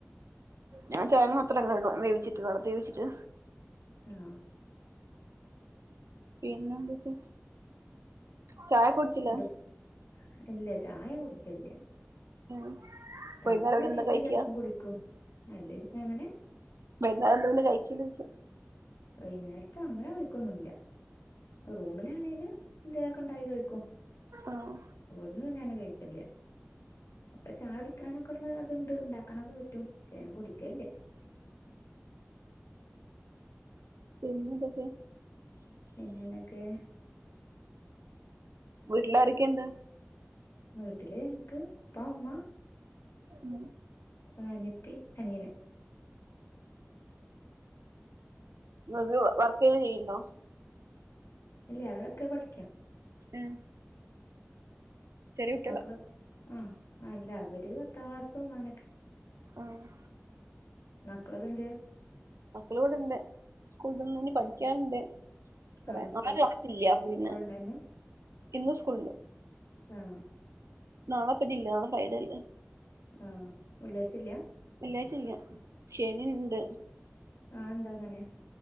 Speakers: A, on the right (about 85°); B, on the left (about 85°).
A: ഞാൻ തേങ്ങ മാത്രം ഇടും വേവിച്ചിട്ട് വെളത്തി വേവിച്ചിട്ട്
B: ആഹ
A: പിന്നെന്തക്ക ചായ കുടിച്ചിലേ
B: എന്നിട്ട് ഇല്ല ചായ കുടിക്കെല്ല
A: ഉം
B: തണുപ്പുള്ള
A: വൈകുന്നേരം പിന്നെ എന്താ
B: ടൈമില്
A: കഴിക്കാ
B: ചിലപ്പം കുടിക്കും അല്ലെ പിന്നങ്ങനെ
A: വൈന്നേരന്താ പിന്നെ കഴിക്കലേ ചോയിക്ക
B: വൈന്നേരത്ത് അങ്ങനെ കഴിക്കൊന്നുല്ല റൂമിലാണെങ്കില് എന്തേലൊക്കെ ഉണ്ടാകി കഴിക്കും
A: ആഹ്
B: ഇവട് പിന്നങ്ങനെ കഴിക്കല അപ്പ ചാ കുടിക്കാനൊക്കെ ഉള്ള അത്ണ്ട് ഉണ്ടാക്കാനൊക്കെ പറ്റും പക്ഷെ ഞാൻ കുടിക്കേല്ല
A: പിന്നെതൊക്കെ
B: പിന്നെന്തോക്കെ
A: വീട്ടിലാരൊക്കെണ്ട്
B: വീട്ടില് ഇൻക്ക് ഇപ്പ ഉമ്മ
A: ഉം
B: ആ അനിയത്തി അനിയന്
A: ങ്ങക്ക് വർക്ക് ചെയ്യണ്ടോ
B: ഇല്ല അവരൊക്കെ പഠിക്കാ
A: ഉം ചെറിയ കുട്ടികളാ
B: മക്കള് ആഹ് അല്ല അവര് പത്താം ക്ലാസും അങ്ങനൊക്കെ
A: ആഹ്
B: മക്കളൊക്കെന്തെ
A: മക്കള് ഇവ്ടണ്ട് സ്കൂളന്ന
B: ഉം
A: പഠിക്കാൻല്ല കൊറെ
B: ആഹ് സ്കൂൾ
A: നാളെ ക്ലാസ് ഇല്ല പിന്നെ
B: സ്കൂൾ ഉണ്ടായിരുന്നു
A: ഇന്ന് സ്കൂളുണ്ട്
B: ആഹ
A: നാളെപ്പനില്ല നാളെ ഫ്രൈഡേ ഇല്ല
B: ആഹ വെള്ളിയാഴ്ച്ചില്ല
A: വെള്ളിയാഴ്ചല്ല ശനിണ്ട്
B: ആഹ എന്താ അങ്ങനെ